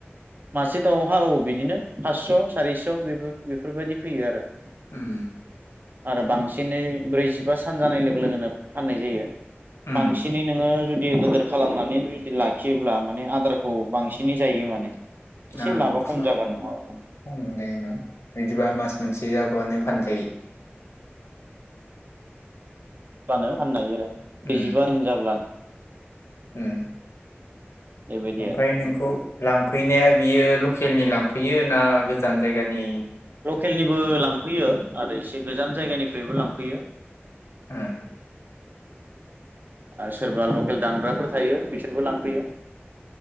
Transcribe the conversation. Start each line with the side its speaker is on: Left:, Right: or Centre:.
Right: मासे दाउहा औ बिदिनो फासस' सारिस' बेफोरबायदि फैयो आरो।
Left: उम।
Right: आरो बांसिनै ब्रैजिबा सान जानाय लोगो लोगोनो फाननाय जायो।
Left: उम
Right: बांसिनै नोङो जुदि गिदोर खालामनानै जुदि लाखियोब्ला माने आदारखौ बांसिनै जायो माने।
Left: <unintelligible>
Right: एसे लाबा खम जागोन नङाब्लानो
Left: नैदिबा मास मोनसे जाबावानो फानजायो।
Right: फानो फाननो हायो ।आरो
Left: उम
Right: ब्रैजिबा दिन जाब्लानो।
Left: उम
Right: बेबायदि
Left: ओमफ्राय
Right: आरो
Left: नोंखौ लांफैनाया बियो लकेलनि लांफैयो ना गोजान जायगानि?
Right: लकेलनिबो लांफैयो आरो एसे गोजान जायगानिफ्रायबो लांफैयो।
Left: उम
Right: आरो सोरबा लकेल दामग्राफोर थायो बिसोरबो लांफैयो।